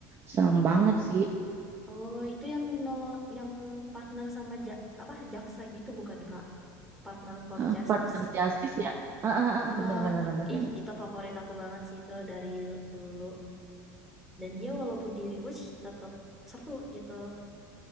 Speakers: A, on the right; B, in the centre.
A: seneng banget sih.
B: Oh, itu yang nolong yang partner sama ja- apa jaksa gitu bukan, Kak? Partner for
A: Eh,
B: Justice.
A: partner justice ya. Ah, ah, ah,
B: Eh,
A: ah, bener bener bener
B: ih,
A: yang itu.
B: itu favorit aku banget sih itu dari dulu. Dan dia walaupun di rewatch tetap seru gitu.